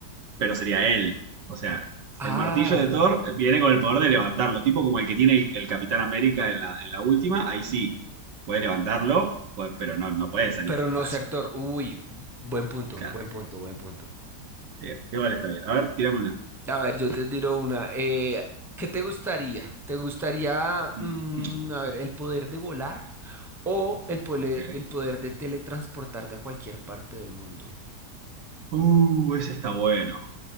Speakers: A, on the right; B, in the centre.
A: pero sería él. O sea,
B: Ah,
A: el martillo de Thor viene con el poder de levantarlo, tipo como el que tiene el, el Capitán América en la, en la última, ahí sí, puede levantarlo, puede- pero no, no puede salir
B: pero
A: al espacio.
B: no ser Thor. Uy, buen punto,
A: Claro,
B: buen punto, buen punto.
A: bien, igual está bien. A ver, tírame una.
B: A ver, yo te tiro una. Eh, ¿qué te gustaría? ¿Te gustaría,
A: Ujú,
B: mm, a ver, el poder de volar o el poder,
A: ok.
B: el poder de teletransportarte a cualquier parte del mundo?
A: Uh, ese está bueno.